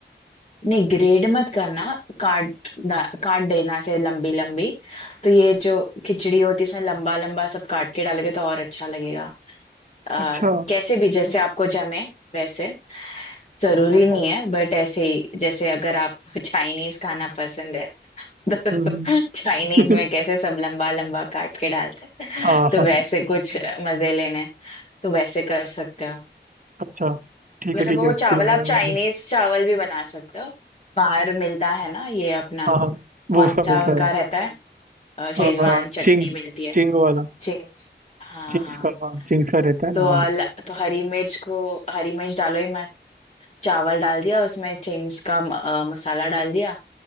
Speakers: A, on the left; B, on the right.
A: नहीं ग्रेड मत करना काट डा- काट देना ऐसे लंबी लंबी तो ये जो खिचड़ी होती है इसमें लंबा लंबा सब काट के डालोगे तो और अच्छा लगेगा आ,
B: अच्छा
A: कैसे भी जैसे आपको जमे वैसे जरूरी
B: हाँ हाँ
A: नहीं
B: हाँ
A: है बट ऐसे ही जैसे अगर आपको <laughs> चाइनीज खाना पसंद है तो
B: हम्म
A: <laughs> चाइनीज
B: हम्म।
A: में
B: <laughs>
A: कैसे सब लंबा लंबा काट के डालते हैं
B: हाँ
A: तो
B: हाँ
A: वैसे कुछ मजे लेने हैं, तो वैसे कर सकते हो
B: अच्छा ठीक
A: मतलब
B: है ठीक
A: वो
B: है उसके
A: चावल आप
B: बाद
A: चाइनीज चावल भी बना सकते हो बाहर मिलता है ना ये अपना
B: हाँ हाँ
A: कौन
B: वो उसका
A: सा
B: मिलता
A: उनका
B: है
A: रहता है अ, शेजवान
B: आ,
A: चटनी
B: चिंग
A: मिलती है
B: चिंग वाला
A: जी हाँ
B: चिंग्स
A: हाँ
B: का हाँ चिंग्स का रहता है ना
A: तो अल-
B: हाँ
A: तो हरी मिर्च को हरी मिर्च डालो ही मत चावल डाल दिया उसमें चिंग्स का म- अ, मसाला डाल दिया